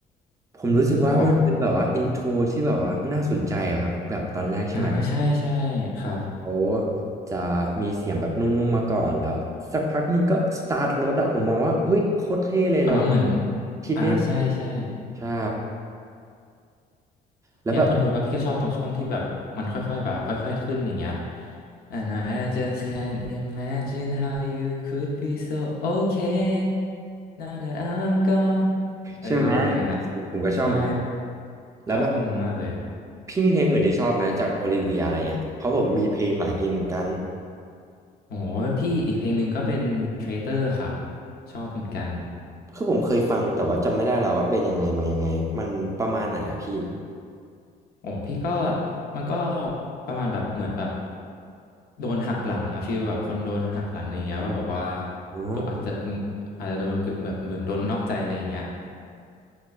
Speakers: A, on the right; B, on the left.
A: ผมรู้สึกว่ามันเป็นแบบว่าอินโทรที่แบบว่าน่าสนใจอะครับแบบตอนแรกใช่ไหม
B: ครับอ่าใช่ใช่ครับ
A: เขาจะมีเสียงแบบนุ่มๆมาก่อนแล้วสักพักหนึ่งก็สตาร์ทรถอะผมมองว่าเฮ้ยโคตรเท่เลยแล้วว่า
B: อ่าเหมือน
A: คิดได้ไง
B: อ่าใช่ใช่
A: ใช่แล้วแบบ
B: อย่างท่อนฮุกอะพี่ก็ชอบตรงช่วงที่แบบมันค่อยๆแบบค่อยๆขึ้นอย่างเงี้ย And I just can't imagine how you could be so okay now that I'm gone เอออย่างนั้นนะ
A: ใช่ไหมผมก็ชอบเหมือนกัน
B: ใช่
A: แล้วแบบ
B: ชอบท่อนนั้นมากเลย
A: พี่มีเพลงอื่นที่ชอบไหมจากโอลิเวียอะไรเงี้ยเพราะผมมีเพลงหลายเพลงเหมือนกัน
B: โหแล้วพี่อีกเพลงหนึ่งก็เป็น Traitor ครับชอบเหมือนกัน
A: คือผมเคยฟังแต่ว่าจำไม่ได้แล้วว่าเป็นยังไงมายังไงมันประมาณไหนอะพี่
B: โอ้พี่ก็มันก็ประมาณแบบเหมือนแบบโดนหักหลังอะฟีลแบบคนโดนหักหลังอะไรเงี้ยว่าแบบว่า
A: อ๋อ
B: โดนอาจจะอาจจะโดนกึ่งแบบเหมือนโดนนอกใจอะไรอย่างเงี้ย